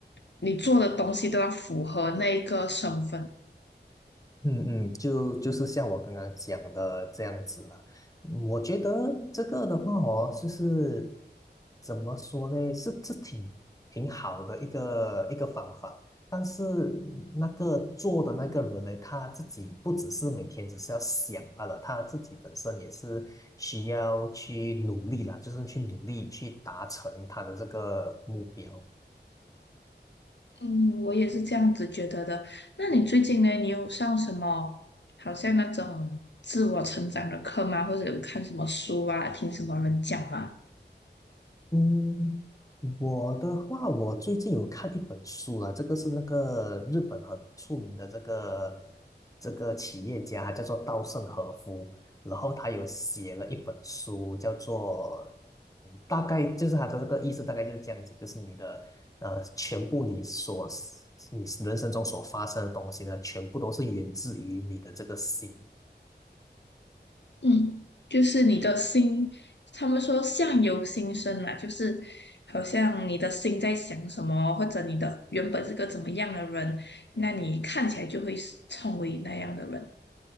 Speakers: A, on the left; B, on the left.
A: 你做的东西都要符合那个身份。
B: 嗯嗯，就就是像我刚刚讲的这样子了。嗯我觉得这个的话哦，就是怎么说呢，是是挺挺好的一个一个方法。但是那个做的那个人呢，他自己不只是每天只是要想罢了，他自己本身也是需要去努力啦，就是去努力去达成他的这个目标。
A: 嗯，我也是这样子觉得的。那你最近呢，你有上什么好像那种自我成长的课吗？或者有看什么书啊，听什么人讲吗？
B: 嗯，我的话，我最近有看一本书了，这个是那个日本很出名的这个这个企业家，他叫做稻盛和夫，然后他有写了一本书，叫做嗯大概就是他的这个意思，大概就是这样子，就是你的呃，全部你所你人生中所发生的东西呢，全部都是源自于你的这个心，
A: 嗯，就是你的心，他们说相由心生嘛，就是好像你的心在想什么，或者你的原本是个怎么样的人，那你看起来就会是成为那样的人。